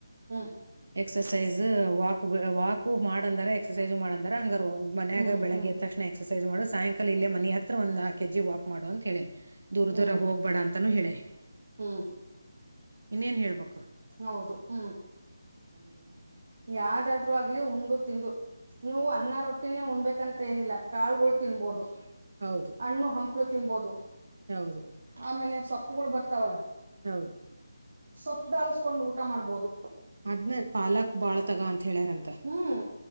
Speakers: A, on the right; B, on the right.
A: ಹ್ಮ್
B: ಎಕ್ಸಸೈಸ್ ವಾಕ್ ವಾಕು ಮಾಡಂದಾರ ಎಕ್ಸಸೈಜ ಮಾಡಂದಾರ ಹಂಗಾರ ಮನ್ಯಾಗ
A: ಹ್ಮ್
B: ಬೆಳಗ್ಗೆ
A: ಹ್ಮ್
B: ಎದ ತಕ್ಷಣ. ಎಕ್ಸರ್ಸೈಸ್ ಮಾಡು ಸಾಯಂಕಾಲ ಇಲ್ಲ ಮನಿ ಹತ್ರ ಒಂದ ನಾಲ್ಕ ಎಜ್ಜಿ ವಾಕ್ ಮಾಡು ಅಂತ ಹೇಳೇನಿ. ದೂರ
A: ಹ್ಮ್
B: ದೂರ ಹೋಗ್ಬೇಡ ಅಂತಾನೂ ಹೇಳೆ.
A: ಹ್ಮ್
B: ಇನ್ನೇನ್ ಹೇಳ್ಬೇಕು.
A: ಹೌದು ಹ್ಮ್.
B: ಅದ ಏ.
A: ಯಾವ್ದಾದ್ರು ಆಗ್ಲಿ ಉಂಡು ತಿಂದು ನೀವು ಅನ್ನ ರೊಟ್ಟಿನೇ ಉಣ್ಬೇಕಂತ ಏನಿಲ್ಲ. ಕಾಳಗಳು ತಿನ್ಬಹದು
B: ಹೌದು
A: ಹಣ್ಣು ಹಂಪ್ಲು ತಿನ್ಬಹದು.
B: ಹೌದು
A: ಆಮೇಲೆ ಸೊಪ್ಪುಗಳು ಬರ್ತಾವಲ್ಲ.
B: ಹೌದು.
A: ಸೊಪ್ಪ ದಾಳಸ್ಕೊಂಡ್ ಊಟ ಮಾಡ್ಬಹದು.
B: ಅದ್ನ ಪಾಲಾಕ್ ಬಾಳ ತಗ ಅಂತ ಹೇಳ್ಯಾರ ತ
A: ಹ್ಮ್